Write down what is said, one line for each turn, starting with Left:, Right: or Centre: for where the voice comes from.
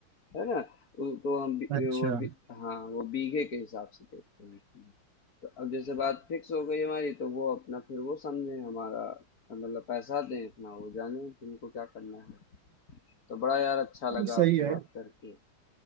Left: है ना तो, तो हम बी-
Right: अच्छा
Left: वो बी, हाँ वो बीघे के हिसाब से देखते हैं कि तो अब जैसे बात फिक्स हो गई हमारी तो वो अपना फिर वो समझे हमारा मतलब पैसा दें अपना वो जाने कि उनको क्या करना है तो बड़ा यार अच्छा
Right: नहीं,
Left: लगा
Right: सही
Left: आपसे
Right: है
Left: बात करके